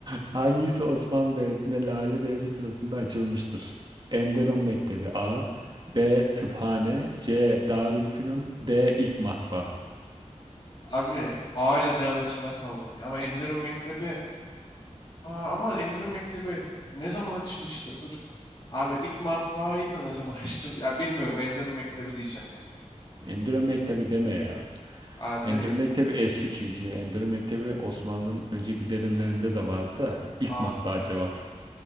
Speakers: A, on the right; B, on the left.
A: Hangisi Osmanlı Devleti'nde Lale Devri sırasında açılmıştır? Enderun Mektebi A, B. Tıphane, C. Darülfünun, D. İlk Matbaa.
B: Abi A ile D arasında kaldım ya ama Enderun Mektebi Aa, ama Enderun Mektebi ne zaman açılmıştı? Dur. Abi ilk matbaayı da ne zaman <laughs> açtım? Ya bilmiyorum Enderun Mektebi diyeceğim ya.
A: Enderun Mektebi deme ya.
B: Abi
A: Endülü
B: demeyeyim
A: Mektebi
B: mi?
A: eski çünkü. Endülü Mektebi Osmanlı'nın önceki dönemlerinde de vardı da ilk
B: Ah
A: matbaa
B: be.
A: cevap.